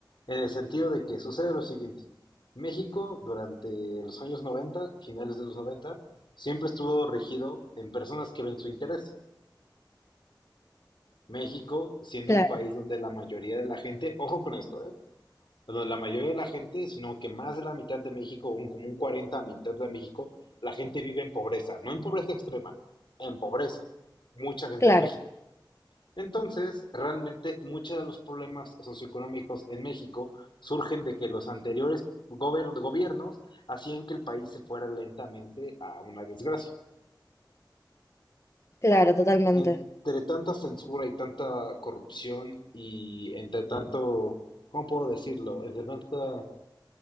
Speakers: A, on the left; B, on the left.
A: en el sentido de que sucede lo siguiente. México durante los años 90, finales de los 90, siempre estuvo regido en personas que ven su interés. México siendo
B: Claro,
A: un país donde la mayoría de la gente, ojo con esto, ¿eh? Bueno, la mayoría de la gente, sino que más de la mitad de México, un- como un 40 a mitad de México, la gente vive en pobreza, no en pobreza extrema, en pobreza. Mucha gente
B: claro,
A: en México. Entonces, realmente muchos de los problemas socioeconómicos en México surgen de que los anteriores gober- gobiernos hacían que el país se fuera lentamente a una desgracia.
B: claro, totalmente.
A: Entre tanta censura y tanta corrupción y entre tanto, ¿cómo puedo decirlo? Entre tanto